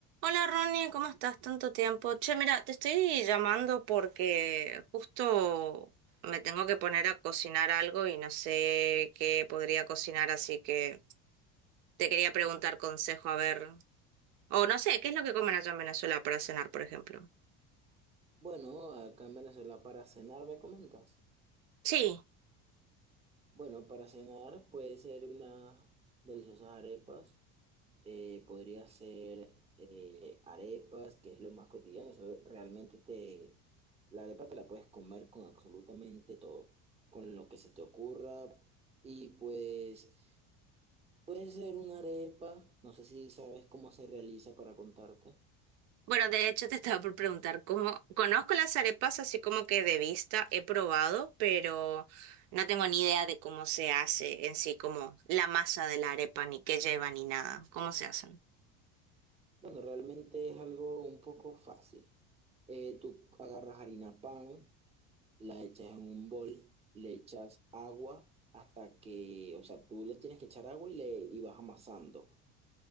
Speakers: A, on the right; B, on the right.
A: Hola Ronnie, ¿cómo estás? Tanto tiempo. Che, mira, te estoy llamando porque justo me tengo que poner a cocinar algo y no sé qué podría cocinar, así que te quería preguntar consejo, a ver. O no sé, ¿qué es lo que comen allá en Venezuela para cenar, por ejemplo?
B: Bueno, acá en Venezuela para cenar, ¿me comentas?
A: Sí,
B: Bueno, para cenar puede ser unas deliciosas arepas, eh, podría ser eh, arepas, que es lo más cotidiano, eso realmente te, la arepa te la puedes comer con absolutamente todo, con lo que se te ocurra y pues puede ser una arepa, no sé si sabes cómo se realiza para contarte.
A: bueno, de hecho te estaba por preguntar cómo. Conozco las arepas así como que de vista he probado, pero no tengo ni idea de cómo se hace en sí, como la masa de la arepa, ni qué lleva, ni nada. ¿Cómo se hacen?
B: Bueno, realmente es algo un poco fácil. Eh, tú agarras harina pan la echas en un bol, le echas agua hasta que, o sea, tú le tienes que echar agua y, le, y vas amasando.